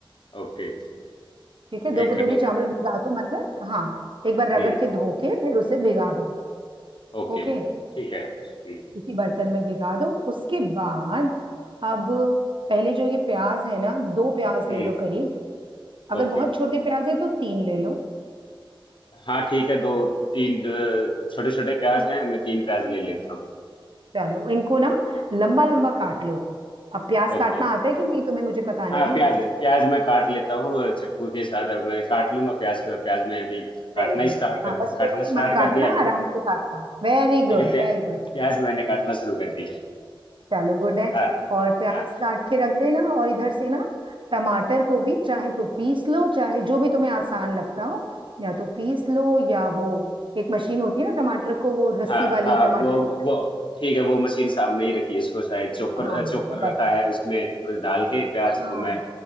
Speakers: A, on the left; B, on the right.
A: ओके
B: ठीक है दो
A: एक
B: कटोरी
A: कटोरी
B: चावल भिगा दो मतलब हाँ एक
A: हम्म
B: बार रगड़ के धो के फिर उसे भिगा दो
A: ओके
B: ओके
A: ठीक है हम्म,
B: किसी बर्तन में भिगा दो उसके बाद अब पहले जो ये प्याज है ना दो प्याज
A: हम्म,
B: ले लो करीब अगर
A: ओके
B: बहुत छोटे प्याज है तो तीन ले लो
A: हाँ ठीक है दो तीन छोटे छोटे प्याज हैं मैं तीन प्याज ले लेता हूँ
B: चलो इनको ना लंबा लंबा काट लो अब प्याज
A: ओके
B: काटना आता है कि नहीं तुम्हें मुझे पता नहीं
A: हाँ
B: है
A: प्याज है प्याज मैं काट लेता हूँ चाकू के साथ अब मैं काट लूंगा प्याज को प्याज मैं अभी काटना
B: Very good
A: ही स्टार्ट कर
B: हाँ बस उंगली
A: काटना स्टार्ट
B: मत काटना
A: कर दिया मैंने
B: आराम से काटना वेरी
A: ठीक
B: गुड
A: है प्याज
B: वेरी गुड
A: प्याज मैंने काटना शुरू कर दिया
B: चलो गुड
A: बता
B: है और प्याज
A: हाँ
B: काट के रख देना और इधर से ना टमाटर को भी चाहे तो पीस लो चाहे जो भी तुम्हें आसान लगता हो या तो पीस लो या वो एक मशीन होती है ना टमाटर को वो रस्सी
A: हाँ
B: वाली
A: हाँ
B: टमाटर
A: वो वो ठीक है वो मशीन सामने ही रखी है इसको शायद चॉपर
B: हाँ
A: चॉपर
B: तो बस
A: रखा है उसमें डाल के प्याज
B: हाँ
A: को मैं